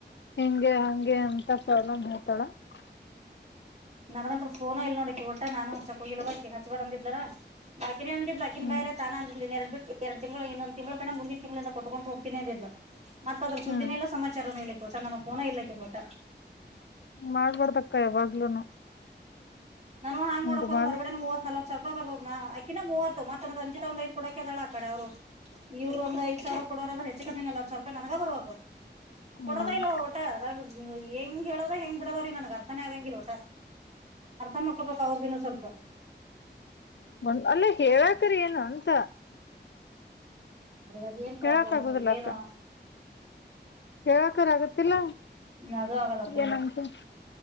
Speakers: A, on the left (about 75°); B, on the right (about 35°).
A: ಹೆಂಗೆ, ಹಂಗೆ ಅಂತ ತಸಲ್ಲ ಮತಳ <unintelligible>
B: ನನಗಂತ್ರ ಫೋನ ಇಲ್ ನೋಡಕೆ ವಟ ನಾನು ಚ ಹೋಗಿಲ್ಲ ವ ಹಚ್ಚಬೇಡಿ ಅಂದಿದ್ಲಾ ಅಕಿನೇ ಅಂದ್ಲಾಕಿ
A: ಹ್ಮ್
B: ಬಾಯರೆ. ತಾನ ಅಂದ ಎರಡು ಬಿಟ್ಟ ಎರಡು ತಿಂಗಳು ಇನ್ನೊಂದ ತಿಂಗಳ ಕಡೆ ಮುಂದಿನ ತಿಂಗಳಿಂದ ಕೊಟಗೊಂತ ಹೋಗ್ತೀನಿ ಅದ್ದ್ಂದ್ಲು. ಮತ್ತ ಅದ್ರ ಸುದ್ದಿನ
A: ಹ್ಮ್
B: ಇಲ್ಲ ಸಮಾಚಾರನ ಇಕ್ಕೆ ತೋಟ <unintelligible> ನನಗ್ ಪೋನೆ ಇಲ್ಲ ವಟ್ಟ.
A: ಮಾಡ್ಬಾರ್ದಕ್ಕ ಯಾವಾಗ್ಲೂನು.
B: ನಾನುವ ಹಂಗ
A: ಹಿಂಗ
B: ನೋಡಕ್ ಹದ
A: ಮಾಡಿ
B: ಹೊರಗಡೆ ಮೂವತ್ ನಲ್ವತಸಾವಿ ರಲ್ಪ ಬರ್ಬೇಕ. ನ ಅಕಿನ ಮೂವತ್ತುರಂಜಿತಂದ- ಳ ಆ ಕಡೆ ಅವ್ರು ಇವರು ಒಂದ ಐದಸಾವಿರ ಕೊಡೋರಾದ್ರೆ, ಹೆಚ್ಚು ಕಮಿನಲ್ಲಿ ಹತ್ತು ಸಾವಿರ ರೂಪಾಯಿ ನನಗ ಬರ್ಬೇಕು.
A: ಹ್ಮ್
B: ಕೊಡೋದ ಇಲ್ವಟ. ನಂಗ ಹೆಂಗ ಹೇಳದ ಹೆಂಗ ಬಿಡದ ಅವ್ರೀಗ ನನ್ಗ್ ಅರ್ಥನೇ ಆಗಂಗಿಲ್ ಒಟ. ಅರ್ಥ ಮಾಡ್ಕೊಬೇಕು ಅವ್ರಗಿನ ಸ್ವಲ್ಪ
A: ಒಂದ ಅಲ್ಲ ಹೇಳಾಕರಿ ಏನು ಅಂತ.
B: ಮನೆಗದ್ ಏನ್ ಪ್ರಾಬ್ಲಮು
A: ಹೇಳಕ್ ಆಗುದಿಲ್ಲ
B: ಏನು
A: ಅಕ್ಕ ಹೇಳಕರ್ ಆಗತ್ತಿಲ್ಲ
B: ಅದು ಆಗಲ್ಲ ಅವ್ರ ಕೈಲೆ
A: ಏನಂತ